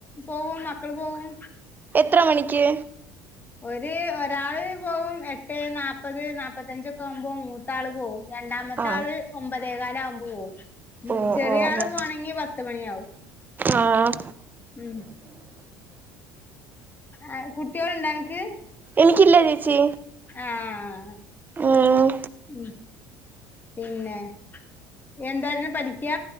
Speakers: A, on the left; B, on the right.
A: പോവും മക്കള് പോവും
B: എത്ര മണിക്ക്
A: ഒരു ഒരാള് പോവും എട്ട് നാപത് നാപ്പത്തഞ്ചൊക്കെ ആവുമ്പോ മൂത്താള് പോവും രണ്ടാമത്തെ
B: ആഹ്
A: ആള് ഒമ്പതേകാലാവുമ്പോ പോവും
B: ഓഹ്
A: ചെറിയാള്
B: ഓഹ് ഓഹ്
A: പോണെങ്കി പത്തുമണിയാവും
B: ആഹ്
A: ഉം ആഹ് കുട്ട്യേളുണ്ടാ അനക്ക്
B: എനിക്കില്ല ചേച്ചി
A: ആഹ്
B: ഉം
A: ഉം പിന്നെ യെന്താരുന്നു പഠിക്ക